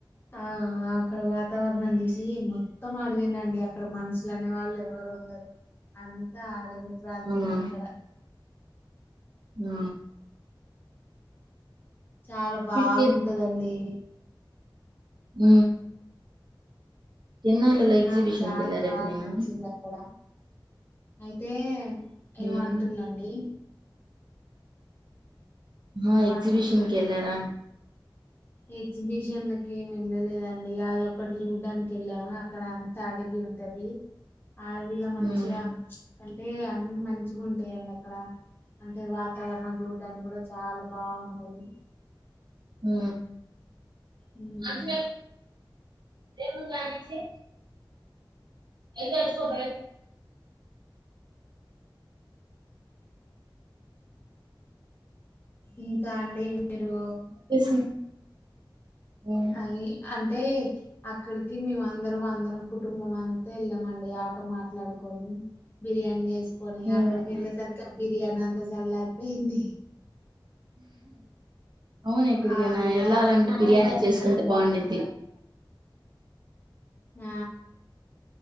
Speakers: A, on the left (about 25°); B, on the right (about 60°).
A: ఆ ఆ అక్కడ వాతావరణం చూసి మొత్తం అడవేనండి అక్కడ మనుషులు అనే వాళ్ళు ఎవరు ఉండరు అంతా అడవే ప్రాంతమే
B: అవునా
A: అక్కడ
B: ఆ
A: చాలా బాగుంటదండి
B: మీకు ఊ తిర్ణాలలో ఎక్సిిబిషన్
A: నాకు చాలా
B: కెళ్లార
A: బాగా
B: ఎప్పుడైనా
A: నచ్చింది అక్కడ అయితే
B: మ్మ్
A: ఏమంటుందండి
B: ఆ
A: ఏమో
B: ఎక్జిబిషన్కి
A: అంటుర్రు
B: వెళ్లార
A: ఎగ్జిబిషన్లకి ఏమి వెళ్ళలేదండి అది ఒక్కటి చూడ్డానికి వెళ్ళాము అక్కడ అంత అడవి ఉంటది అడవిలా మంచిగా
B: మ్మ్
A: కని అంటే అన్ని మంచిగా ఉంటయిండి అక్కడ అంటే వాతావరణం చూడ్డానికి కూడా చాలా బావుంటది
B: ఊ
A: ఉమ్.
B: అదే ఏమని <unintelligible> చె <inaudible>
A: ఇంకా అండి మీరు
B: తెలుసు మ్మ్
A: అయి అం అంటే అక్కడికి మేమందరం అందరం కుటుంబం అంతా వెళ్ళామండి ఆటో మాట్లాడుకొని, బిర్యానీ చేసి కొని
B: మ్మ్
A: అక్కడకి వెళ్ళ సరికి బిర్యానీ అంతా చల్లారిపోయింది
B: అవును ఎక్కడికైనా
A: ఆ ఇగ
B: ఎ ళ్ళాలంటే బిర్యానీ చేసు తె బాగుండిది
A: ఆ